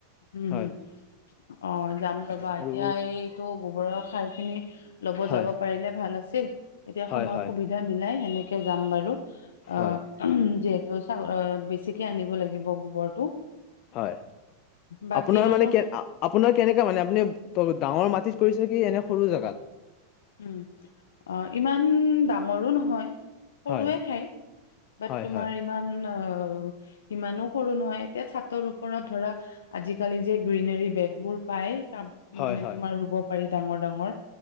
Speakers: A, on the left; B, on the left.
A: হম
B: হয়
A: হম। অ যাম ৰবা এতিয়া
B: আৰু
A: এইটো <unintelligible> লব
B: হয়
A: যাব পাৰিলে ভাল আছ <unintelligible> এতিয়া
B: হয়
A: সময়
B: হয়
A: সুবিধা মিলাই হেনে কিয় যাম বাৰু? অ
B: হয়
A: যে <unintelligible> বেছিকে আনিব লাগিব গোবৰটো।
B: হয়
A: বাকী
B: আপোনাৰ
A: আৰু
B: মানে কে আপোনাৰ কেনেকা মানে আপুনি গাওঁৰ মাটিত কৰিছে কি এনে সৰু জাগাত?
A: উম অ ইমান ডাঙৰো নহয়। সৰুয়ে
B: হয়
A: ঠাই বাত
B: হয়
A: তোমাৰ
B: হয়
A: ইমান অ সিমানো সৰু নহয় এতিয়া চাতৰ ওপৰত ধৰা আজিকালি যে গ্ৰীনেৰী বেগবোৰ পায় তাব
B: হয়
A: মানে
B: হয়
A: তোমাৰ ৰুব পাৰি ডাঙৰ ডাঙৰ